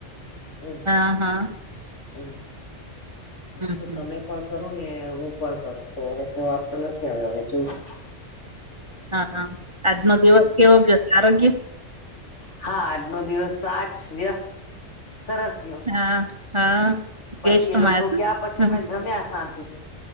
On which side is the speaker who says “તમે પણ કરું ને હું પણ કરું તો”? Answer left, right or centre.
Left